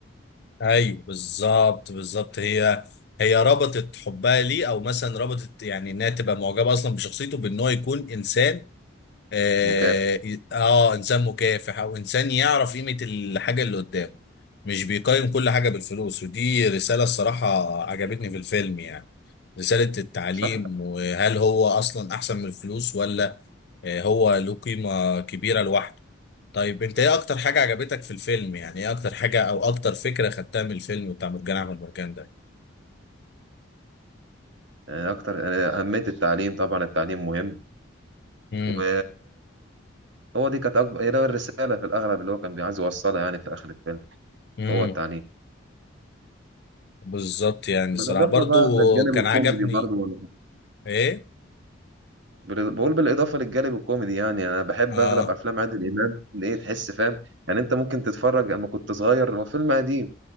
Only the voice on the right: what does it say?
مكافح
صح
يعني اكتر يعني اهميه التعليم طبعا التعليم مهم
و هو دي كانت أكبر هي ده الرسالة في الأغلب اللي هو كان عايز يوصلها يعني في آخر الفيلم
هو التعليم
بالإضافة
بقى للجانب
الكوميدي
برضه ولا
بال- بقول بالإضافة للجانب الكوميدي يعني أنا بحب
أغلب أفلام عادل إمام اللي إيه تحس فاهم يعني أنت ممكن تتفرج أما كنت صغير هو فيلم قديم